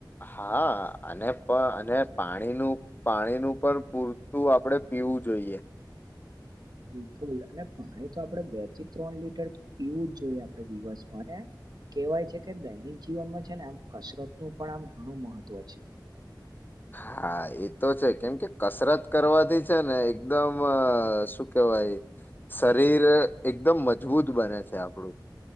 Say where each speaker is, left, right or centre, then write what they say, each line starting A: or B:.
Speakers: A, on the left (about 25°); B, on the right (about 60°).
A: હા અને પણ અને પાણીનું પાણીનું પણ પૂરતું આપડે પીવું જોઈએ.
B: બિલકુલ અને પાણી તો આપણેે બે થી ત્રણ લીટર પીવું જ જોઈએ આપણે દિવસમાં ને કહેવાય છે કે દૈનિક જીવનમાં છે ને આમ કસરતનું પણ આમ ઘણું મહત્ત્વ છે. <inaudible>
A: હા એ તો છે કેમ કે કસરત કરવાથી છે ને એકદમ શું કેહેવાય શરીર એકદમ મજબૂત બને છે આપણું.